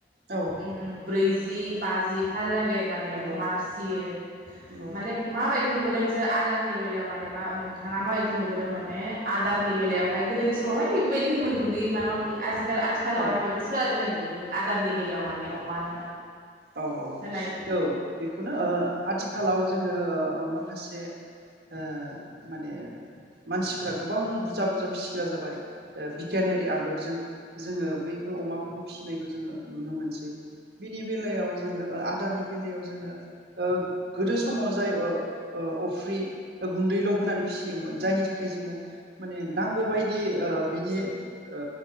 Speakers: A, on the right; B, on the right.
A: औ
B: उम ब्रैज जि बाजिथा ला गै माने
A: नंगौ
B: अमा फिसियो
A: नंगौ
B: माने मा बाय दि नुबोदों नोंसोर आदारनि बेलायाव माने मा नोंथाङा माबायदि नुबोदों माने आदारनि बेलायावहाय गोदोनि स समावहाय बेफोरबायदि होयोमोन गुन्दै मा माबि आजि आथिखालावहाय
A: औ
B: माबायदि सोलायबोनाय नुबोदों नों आदारनि बेलायाव माने अमानो
A: औ औ
B: होनाय
A: औ बेखौनो ओ आथि खालाव जोङो ओ माखासे ओ माने मानसिफ्रा गोबां बुजा बुजा फिसिग्रा जाबाय ओ बिगियानारि आदबजों जोङो बैफोर अमाफोरखौ फिसिनायखौ जोङो नुनो मोनसै बिनि बेलायाव जोङो ओ आदारनि बेलायाव जोङो ओ गोदो समाव जाय ओ ओ अफ्रि ओ गुन्दैल' होनानै फिसियोमोन जायनि थाखाय जोङो माने नांगौ बायदि ओ बिदि ओ